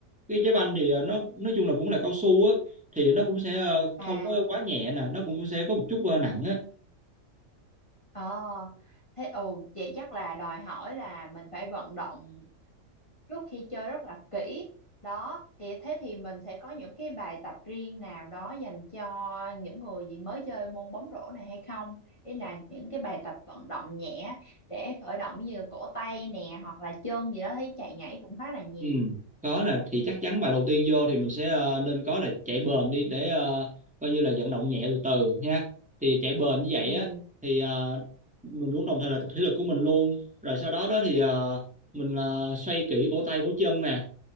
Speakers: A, in the centre; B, on the left.
A: cái trái banh thì ờ, nó nói chung là cũng là cao su á thì nó cũng sẽ ờ,
B: à
A: không có quá nhẹ nè nó cũng sẽ có một chút ờ, nặng á
B: Ờ, thế ồ vậy chắc là đòi hỏi là mình phải vận động trước khi chơi rất là kỹ. Đó, thì thế thì mình sẽ có những cái bài tập riêng nào đó dành cho những người gì mới chơi môn bóng rổ này hay không? Ý là những cái bài tập vận động nhẹ để khởi động như cổ tay nè hoặc là chân gì đó thấy chạy nhảy cũng khá là nhiều.
A: ừ có nè thì chắc chắn bài đầu tiên vô thì mình sẽ ờ, nên có là chạy bền đi để ờ, coi như là vận động nhẹ từ từ nha thì chạy bền như vậy
B: Ừ,
A: á thì ờ, mình cũng đồng thời là tập thể lực của mình luôn rồi sau đó đó thì ờ, mình ờ, xoay kỹ cổ tay cổ chân nè